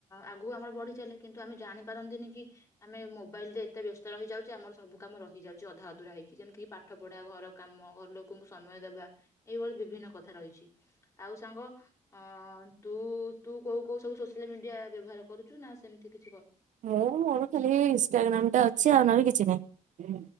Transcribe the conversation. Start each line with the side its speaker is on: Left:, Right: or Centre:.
Left: ଆଗୁ ଆମର ବଢି ଚାଲେ କିନ୍ତୁ ଆମେ ଜାଣିପାରନ୍ତିନି କି ଆମେ ମୋବାଇଲରେ ଏତେ ବ୍ୟସ୍ତ ରହିଯାଉଛେ ଆମର ସବୁ କାମ ରହିଯାଉଛି ଅଧା ଅଧୁରା ହେଇଛି ଯେମିତିକି ପାଠ ପଢା, ଘର କାମ, ଘର ଲୋକଙ୍କୁ ସମୟ ଦେବା, ଏଇଭଳି। ବିଭିନ୍ନ କଥା ରହିଛି ଆଉ ସାଙ୍ଗ ଅ ତୁ ତୁ କୋଉ କୋଉ ସବୁ ସୋସିଆଲ ମିଡିଆ ବ୍ୟବହାର କରୁଛୁ ନା ସେମିତି କି
Right: ମୁଁ ମୋର ଖାଲି ଇନଷ୍ଟାଗ୍ରାମ ଟା ଅଛି ଆଉ ନହେଲେ କି ଛି ନାହିଁ।